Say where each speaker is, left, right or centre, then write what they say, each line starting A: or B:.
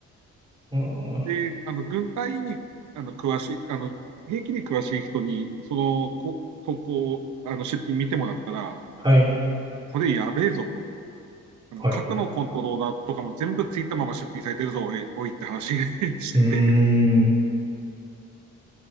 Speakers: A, on the right; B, on the right.
A: うん
B: で、あの、軍隊に、あの、詳しい、あの、兵器に詳しい人に、その、こ投稿、あの、出品見てもらったら、
A: はい。
B: これやべえぞと。あの、
A: はい。
B: 核のコントローラーとかも全部ついたまま出品されてるぞ、
A: う
B: おい、おいって話 <laughs> してて。
A: ーん。